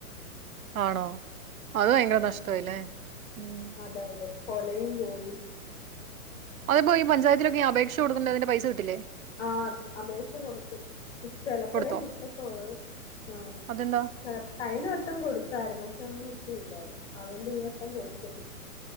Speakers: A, on the right; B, on the left.
A: ആണോ അത് ഭയങ്കര
B: ഉം
A: നഷ്ടയിലെ ഉം
B: അതെ അതെ കൊലയും പോയി
A: അതപ്പോ ഈ പഞ്ചായത്തിലൊക്ക അപേക്ഷ കൊടുക്കണ്ടണ്ട് അന്റെ പൈസ കിട്ടില്ലേ
B: ആഹ് അപേക്ഷ കൊടുത്തും ചിലപ്പോഴേ
A: കൊടുത്തോ
B: കിട്ടതൊള്ളു ആഹ്
A: അതെന്താ
B: കഴിഞ്ഞ വട്ടം കൊടുത്തായിരുന്നു പക്ഷെ ഒന്നും കിട്ടിയില്ലായിരുന്നു അതുകൊണ്ട് ഈ വട്ടം കൊടുത്തില്ല